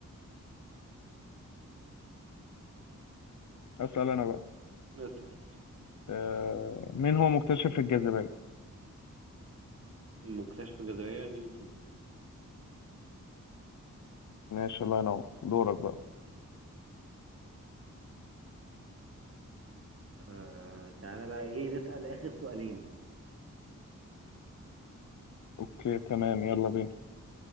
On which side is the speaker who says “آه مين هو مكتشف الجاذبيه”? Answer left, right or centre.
Left